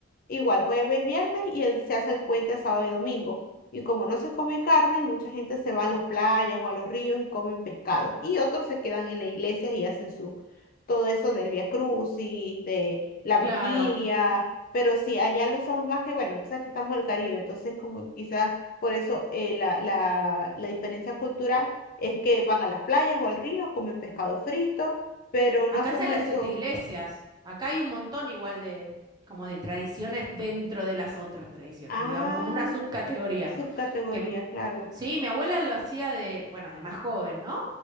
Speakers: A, on the left; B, on the right.
A: Igual jueves, viernes y el- se hace el puente a sábado y domingo. Y como no se come carne, mucha gente se va a las playas o a los ríos y comen pescado. Y otros se quedan en la iglesia y hacen su todo eso del Via Crucis, de la
B: Claro.
A: vigilia. Pero sí, allá lo usamos más que, bueno, tú sabes que estamos en el Caribe, entonces como quizás por eso eh, la, la, la diferencia cultural es que van a las playas o al río, comen pescado frito, pero no
B: Acá
A: hacemos
B: hacen las
A: eso.
B: siete iglesias. Acá hay un montón igual de como de tradiciones dentro de las otras tradiciones,
A: Ah,
B: digamos, como una subcategoría.
A: subcategoría,
B: Que m-
A: claro.
B: sí, mi abuela lo hacía de, bueno, de más joven, ¿no?